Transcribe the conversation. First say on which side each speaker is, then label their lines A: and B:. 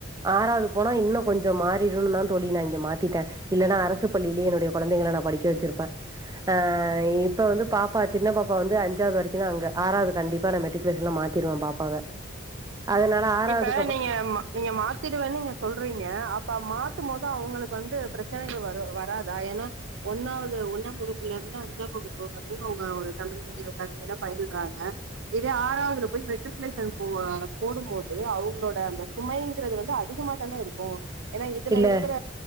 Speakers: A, on the right; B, on the right.
A: ஆறாவது போனா இன்னு கொஞ்சோ மாறிருன்னுனா தோழி நா இங்க மாத்திட்டே இல்லேன்னா அரசு பள்ளியிலேயே என்னோட கொழந்தைங்கள நா படிக்க வச்சிருப்பே ஆ இப்ப வந்து பாப்பா சின்ன பாப்பா வந்து அஞ்சாவ்து வரைக்கு தா அங்க ஆறாவ்து கண்டிப்பா நா மெட்ரிகுலேஷன்ல மாத்திருவே பாப்பாவ அதனால ஆறாவது
B: இப்ப நீங்க ம நீங்க மாத்திடுவேன்னு நீங்க சொல்றீங்க அப்ப மாத்தும்போது அவங்களுக்கு வந்து பிரச்சனைகள் வரு வராதா ஏன்னா ஒன்னாவது ஒன்னாம் வகுப்புல இருந்து அஞ்சாம் வகுப்பு வரையு அவங்க ஒரு தமிழ் மீடியம் கல்வியில பயில்றாங்க இதே ஆறாவதுல போய் மெட்ரிகுலேஷன் போ போடும்போது து அவங்களோட அந்த சுமைங்கிறது வந்து அதிகமா தானே இருக்கு ஏன்னா இதுல
A: இல்ல
B: இருக்கற